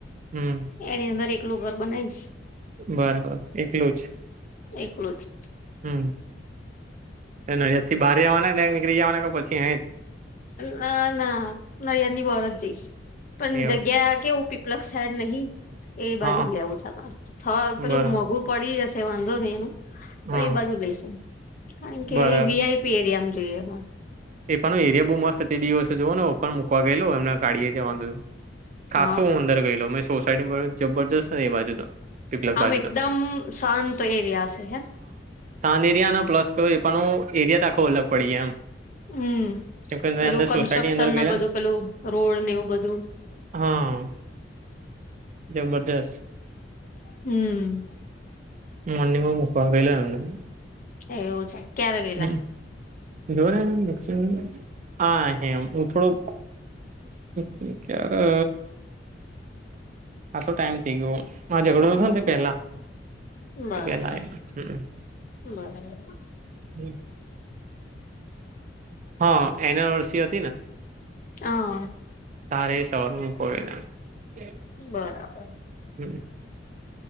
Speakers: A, on the right; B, on the left.
A: હમ
B: એની અંદર એકલું ઘર બનાઈશ.
A: બરાબર. એકલું જ?
B: એકલું જ.
A: હમ. એને અહિયાંથી બહાર આવાના ને નીકળી જવાના કે પછી અહીં જ
B: ના ના નળિયાદની બર જ જઈશ. પણ
A: જ એવું
B: જગ્યા કેવું ફી પલક શહેર નહીં એ બાજુ
A: હા
B: જ લેવું છે માર. થ પેલું
A: બરાબર
B: મોઘું પડી જશે વાંધો નહી એનું. પણ
A: હા
B: એ બાજુ લઈશું. કારણ કે
A: બરાબર
B: વીઆઈ પી એરિયામાં જોઈએ માર.
A: એ પણ એરિયા બહુ મસ્ત તે દિવસે જોવો ને માર પપ્પાને મૂકવા ગયેલો એમને ગાડીએ જવાનું તો. ખાસો
B: હા
A: હું અંદર ગયેલો મેં સોસાયટી જબરજસ્ત હે એ બાજુ તો. પીપલક
B: આમ
A: બાજુ
B: એકદમ
A: તો
B: શાંત એરિયા છે હેન?
A: શાંત એરિયા અને પ્લસ કઈ એ પણ હું એરિયા જ આખો અલગ પડી જાય એમ.
B: હમ
A: કેમ કે
B: પેલું
A: અંદર સોસાયટી
B: કન્સ્ટ્રક્શનને
A: અંદર ગયેલા
B: બધું
A: ને
B: પેલું, રોડ ને એવું બધું.
A: હા જબરજસ્ત.
B: હમ
A: મોર્નિંગમાં મૂકવા ગયેલો એમને.
B: એવું છે. ક્યારે ગયેલા
A: હમ જો ને <inaudible> આહે એમ ઉ થોડુંક <inaudible> ક્યાર અ ખાસો ટાઈમ થઇ ગયો. માર ઝઘડો
B: હમ
A: થયો ને તે પેલા
B: બરાબર
A: પેલા <inaudible> હમ અ
B: બરાબર.
A: હમ હા એનવર્સી હતી ને.
B: હા
A: તારે સવારમાં મૂકવા ગયેલો એમ.
B: બરાબર.
A: હમ